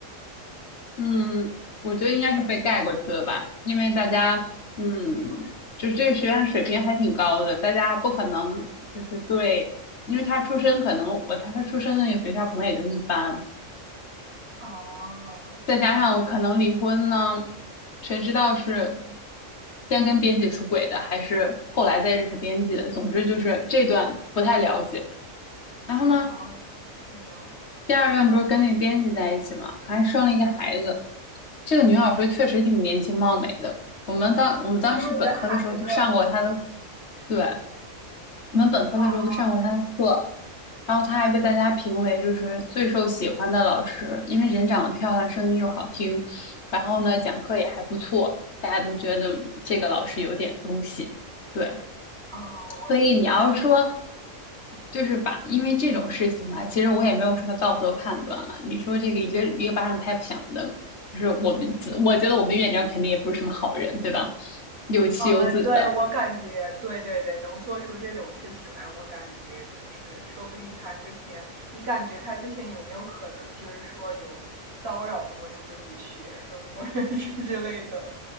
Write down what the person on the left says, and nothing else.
嗯，我觉得应该是被盖过去了吧，因为大家，嗯，就是这个学院水平还挺高的，大家不可能就是对，因为他出身可能，我猜他出身的那个学校可能也就一般，
再加上可能离婚呢，
谁知道是先跟编辑出轨的，还是后来再认识编辑的，总之就是这段不太了解。然后呢，
第二任不是跟那编辑在一起嘛，还生了一个孩子。这个女老师确实挺年轻貌美的。我们当我们当时本科的时候都上过她的，
对，我们本科的时候都上过她的课。
然后她还被大家评为就是最受喜欢的老师，因为人长得漂亮，声音又好听，然后呢讲课也还不错，大家都觉得这个老师有点东西。对，
所以你要说，就是把，因为这种事情嘛，其实我也没有什么道德判断了。你说这个一个一个巴掌拍不响的，就是我们自，我觉得我们院长肯定也不是什么好人，对吧？有妻有子的，